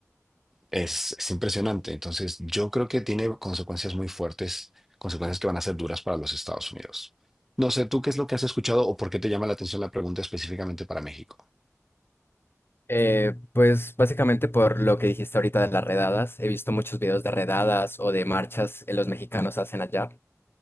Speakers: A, in the centre; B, on the left.
A: es, es impresionante. Entonces, yo creo que tiene consecuencias muy fuertes, consecuencias que van a ser duras para los Estados Unidos. No sé, ¿tú qué es lo que has escuchado o por qué te llama la atención la pregunta específicamente para México?
B: Eh, pues básicamente por lo que dijiste ahorita de las redadas, he visto muchos videos de redadas o de marchas que los mexicanos hacen allá